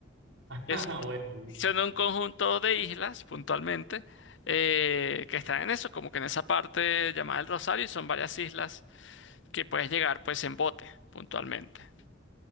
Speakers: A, on the left; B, on the right.
A: Es,
B: Ah, <laughs> bueno.
A: son un conjunto de islas, puntualmente, eh, que están en eso, como que en esa parte llamada el Rosario, y son varias islas que puedes llegar pues en bote, puntualmente.